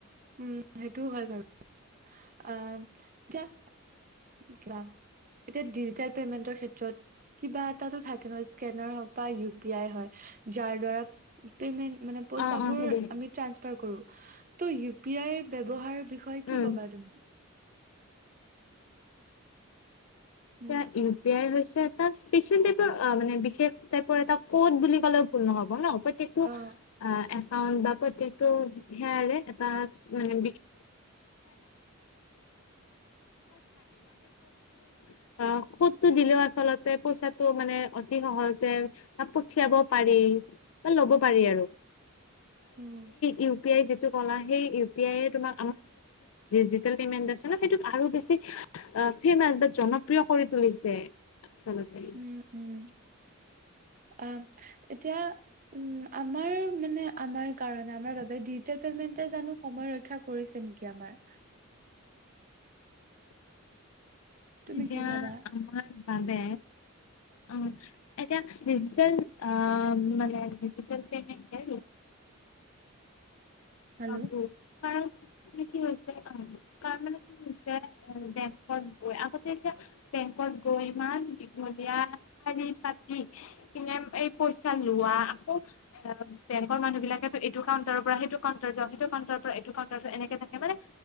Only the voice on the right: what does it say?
উম সেইটোও হয় বাৰু আহ এতি উ কিবা এতিয়া ডিজিটেল পেমেন্টৰ ক্ষেত্ৰত কিবা এটাটো থাকে ন স্কেনাৰ হওঁক বা ইউ পি আই হয় যাৰ দ্বাৰা পেমেন্ট মানে পইচাবোৰ
আমি টানছপাৰ কৰো টো ইউপিয়াৰ ব্যৱহাৰ। বিষয়ে
কি ক'বা তুমি। উম
অ
উম
উম উম অ এতিয়া উ আমাৰ মানে আমাৰ কাৰণে আমাৰ বাবে ডিজিটেল জানো সময় ৰক্ষা কৰিছে নেকি আমাৰ তুমি
কি ভাবা
হেল্ল'